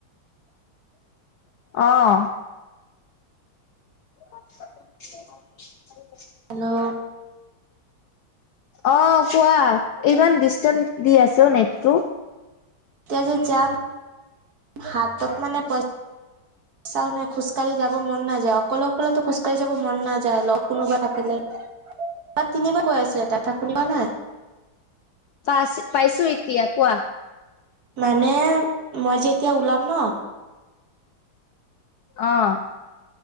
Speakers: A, on the left; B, on the right.
A: অঁ। <unintelligible>
B: হেল্ল'
A: অ' কোৱা ইমান ডিস্টার্ব দি আছো নেটটো।
B: এতিয়া যে যাম হাতত মানে পইছা চাও নাই খোজকাঢ়ি যাব মন নাযায় অকলে অকলেতো খোজকাঢ়ি যাব মন নাযায় লগ কোনোবা থাকিলে। বাই তিনিবাৰকে কৈ আছো এটা কথা শুনিবা নাই।
A: পাইছ পাইছো এতিয়া কোৱা।
B: মানে মই যে এতিয়া ওলাম ন
A: অ'।